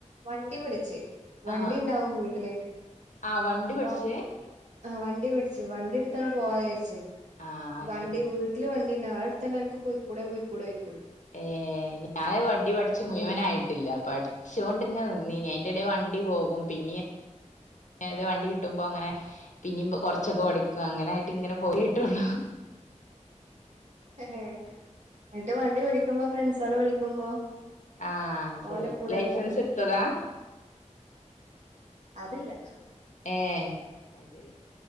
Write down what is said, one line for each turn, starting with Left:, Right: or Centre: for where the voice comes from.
Right: വണ്ടി പിടിച്ച് വണ്ടി
Left: ആഹ്
Right: ഉണ്ടാവും വീട്ടില്
Left: ആഹ് വണ്ടി
Right: അപ്പൊ
Left: പഠിച്ചേ
Right: ആഹ് വണ്ടി പിടിച്ചു വണ്ടി എടുത്തോണ്ട് പോകവിചാരിച്ചേ
Left: ആഹ്
Right: വണ്ടി
Left: ശരി
Right: വീ ട്ടില് വണ്ടിണ്ടാവും അത് എടുത്ത്‌ന്നെ അൻക്ക് പോയിക്കൂടെ പോയിക്കൂടെ ചൊയ്ക്കും
Left: ഏഹ് ഞാന് വണ്ടി പഠിച്ച് മുഴുവനായിട്ടില്ല പഠി ച്ചോണ്ട് ഇങ്ങനെ നിന്നീനി അതിന്റെടെ വണ്ടി പോകും പിന്നിയ ഏത് വണ്ടി കിട്ടുമ്പോ അങ്ങനെ പിന്നേം കുറച്ചൊക്കെ ഓടിക്കും അങ്ങനെ ആയിട്ട് ഇങ്ങനെ പോയി ട്ടുള്ളൂ
Right: ഏഹ് എന്നിട്ട് വണ്ടി ഓടിക്കുമ്പോ ഫ്രണ്ട്സ്കളെ വിളിക്കുമ്പോ
Left: ആഹ് ശരി
Right: ഓലെ കൂടെയാണ്
Left: ലൈസൻസ്
Right: പോവും
Left: എടുത്തതാ
Right: അതില്ല
Left: ഏഹ് അത് ശരി